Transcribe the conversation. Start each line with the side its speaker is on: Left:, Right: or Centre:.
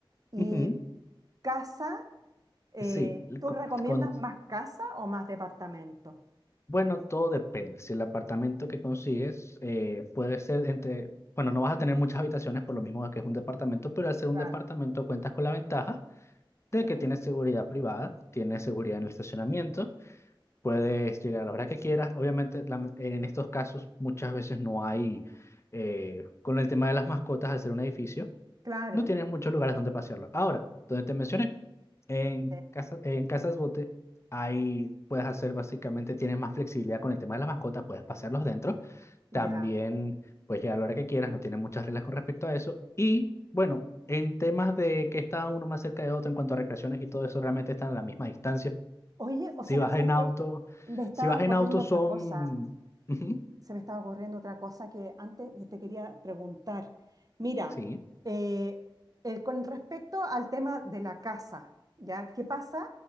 Right: y
Left: Ujú.
Right: casa, eh,
Left: Sí, le-
Right: ¿tú
Left: co-
Right: recomiendas
Left: cuando,
Right: más casa o más departamento?
Left: Bueno, todo depende. Si el apartamento que consigues eh, puede ser entre, bueno, no vas a tener muchas habitaciones por lo mismo que es un departamento, pero al ser un
Right: Claro,
Left: departamento cuentas con la ventaja
Right: sí.
Left: de que tienes seguridad privada, tienes seguridad en el estacionamiento, puedes llegar a la hora que quieras. Obviamente, la- en estos casos muchas veces no hay, eh, con el tema de las mascotas, al ser un edificio
Right: Claro,
Left: no tienes muchos lugares donde pasearlo. Ahora, donde te mencioné, en
Right: Sí.
Left: casa, en Casas Bote, ahí puedes hacer básicamente, tienes más flexibilidad con el tema de las mascotas, puedes pasearlos dentro.
Right: ya.
Left: También puedes llegar a la hora que quieras, no tienen muchas reglas con respecto a eso. Y bueno, en temas de que está uno más cerca de otro en cuanto a recreaciones y todo eso, realmente están a la misma distancia.
Right: Oye, o
Left: Si
Right: sea,
Left: vas
Right: ¿sabes
Left: en auto,
Right: qué? Me estaba
Left: si vas
Right: ocurriendo
Left: en auto son...
Right: otra cosa.
Left: Ujú,
Right: Se me estaba ocurriendo otra cosa que antes te quería preguntar. Mira,
Left: Sí,
Right: eh, el- con respecto al tema de la casa, ¿ya? ¿Qué pasa?